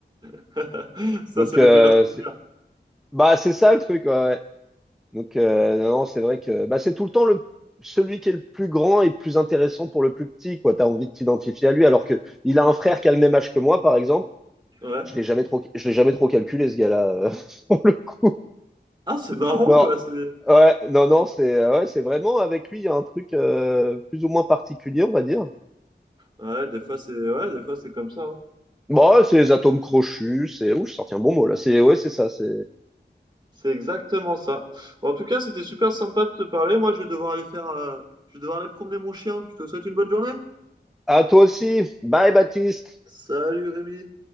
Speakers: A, on the right; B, in the centre.
A: <laughs> Ça,
B: Donc
A: c'est les
B: euh,
A: meilleurs souvenirs.
B: c'est- bah c'est ça le truc. ouais. ouais. Donc euh, non, non, c'est vrai que bah c'est tout le temps le celui qui est le plus grand et le plus intéressant pour le plus petit. Quoi, t'as envie de t'identifier à lui, alors que il a un frère qui a le même âge que moi, par exemple.
A: Ouais.
B: Je l'ai jamais trop, je l'ai jamais trop calculé ce gars-là. <laughs>
A: Ah, c'est marrant,
B: Non,
A: quoi. C'est,
B: ouais, non, non, c'est euh, ouais, c'est vraiment avec lui, il y a un truc euh, plus ou moins particulier, on va dire.
A: ouais, des fois, c'est, ouais, des fois, c'est comme ça. hein.
B: Bon, ouais, c'est les atomes crochus, c'est. Ouh, j'ai sorti un bon mot là. C'est ouais, c'est ça. C'est.
A: C'est exactement ça. En tout cas, c'était super sympa de te parler. Moi, je vais devoir aller faire, euh, je vais devoir aller promener mon chien. Je te souhaite une bonne journée.
B: À toi aussi. Bye, Baptiste.
A: Salut Rémi.